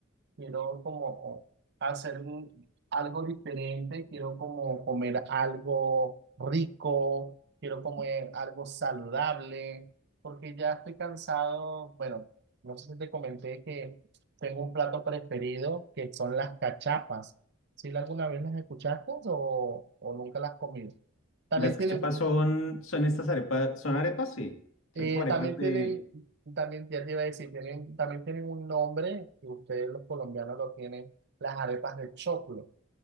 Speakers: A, on the right; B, on the left.
A: Quiero como hacer un- algo diferente. Quiero como comer algo rico. Quiero comer algo saludable. Porque ya estoy cansado. Bueno, no sé si te comenté que tengo un plato preferido que son las cachapas. ¿Si alguna vez las escuchaste o, o nunca las has comido? También
B: Las cachapas
A: tienen
B: son, son estas arepas, son arepas, sí. Son
A: Eh,
B: como arepas
A: también
B: de,
A: tienen, también ya te iba a decir, tienen, también tienen un nombre, que ustedes los colombianos lo tienen, las arepas de choclo.